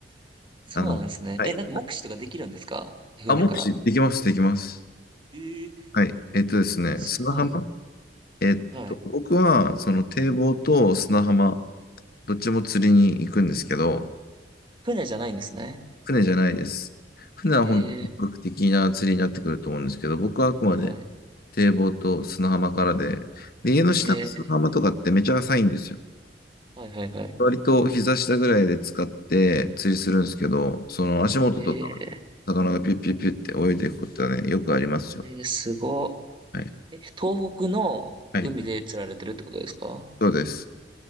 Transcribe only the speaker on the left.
あの、はい。
あ、目視できます、できます。
はい。えっとですね、
砂浜えっと、
僕は、その堤防と砂浜どっちも釣りに行くんですけど、
船じゃないです。船は本当に本格的な釣りになってくると思うんですけど、
僕はあくまで
堤防と砂浜からで、で、家の下の砂浜とかってめちゃ浅いんですよ。
割と膝下ぐらいで使って釣りするんですけど、その足元とか、
魚がピュッピュッピュッって泳いでいくことはね、よくありますよ。
はい。
はい。そうです。